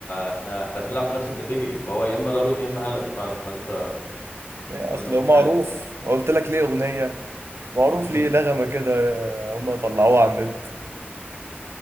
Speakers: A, on the left; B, on the right.
A: احنا احنا بنلعب في نفس الكاتيجوري فهو يا اما داروين يا اما هالاند فعلا فانت
B: يعني
A: انت
B: اصل
A: مشيت
B: هو معروف
A: حلو
B: قلت لك ليه اغنيه معروف
A: امم
B: ليه نغمه كده هم طلعوها على النت